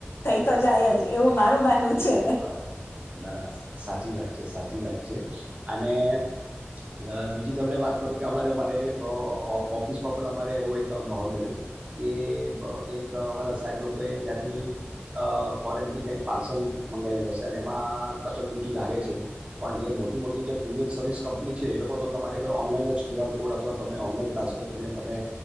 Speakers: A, on the left (about 75°); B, on the right (about 30°).
A: થય તો જાય જ એવું મારું માનવું છે.
B: બરાબર, ના ના સા ચી વાત છે સા ચી વાત છે અને અ બીજી તમને વાત કરું કે હમણાં જ અમારે અ ઓફિસમાં પણ અમારે એવો એક માહોલ બન્યો કે એક બ અમારા સાહેબ લોકોએ ત્યાંથી અ ફોરેનથી કંઈક પાર્સલ મંગાયુ હશે અને એમાં કસ્ટમ ડ્યુટી લાગે છે પણ જે મોટી-મોટી જે કુરિયર સર્વિસ કંપની છે એ લોકો તો તમારી કણે ઓનલાઈન જ ક્યુ આર કોડ અથવા તમે ઓનલાઈન ટ્રાન્સફર કરીને તમે